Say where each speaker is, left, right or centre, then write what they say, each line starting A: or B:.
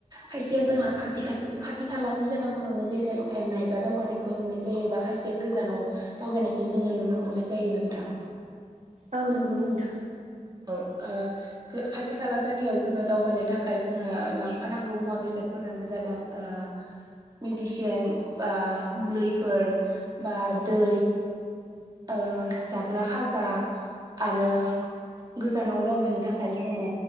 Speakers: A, on the right; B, on the right.
A: खायसेया जोंहा खाथि खाथि, खाथि खालानि जायगाफोरावनो बेरायनाय बा दावबायनायखौ नुनाय जायो बा खायसेया गोजानाव दावबायनायखौ जोङो नुनो मोननाय जायो नोंथां।
B: औ नोंगौ नोंथां।
A: औ ओ खो खाथि खाला जायगायाव जोङो दावबायनो थाखाय जोङो लांफानांगौ मुवा बेसादफोरानो जादों ओ मेडिसिन बा मुलिफोर बा दै ओ जाग्रा खाजा आरो गोजानाव दावबायनो थाखाय जोङो